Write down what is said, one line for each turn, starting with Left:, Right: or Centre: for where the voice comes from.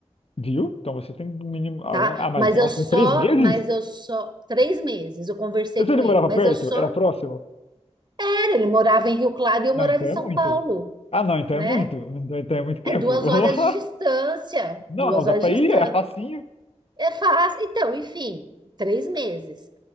Left: Viu? Então você tem um mínimo. Ah,
Right: tá?
Left: um- ah, mas
Right: Mas
Left: nossa,
Right: eu só,
Left: em três meses?
Right: mas eu só, três meses eu conversei
Left: Você
Right: com
Left: ele
Right: ele,
Left: morava
Right: mas
Left: perto?
Right: eu só,
Left: Era próximo?
Right: era, ele morava em Rio Claro e eu morava
Left: Não, então
Right: em São
Left: é muito.
Right: Paulo,
Left: Ah, não, então
Right: né?
Left: é muito. Então então é muito tempo.
Right: É duas
Left: <laughs>
Right: horas de distância,
Left: Não,
Right: duas
Left: não, dá
Right: horas
Left: pra
Right: de
Left: ir,
Right: distância.
Left: é facinho.
Right: É fácil. Então, enfim, três meses.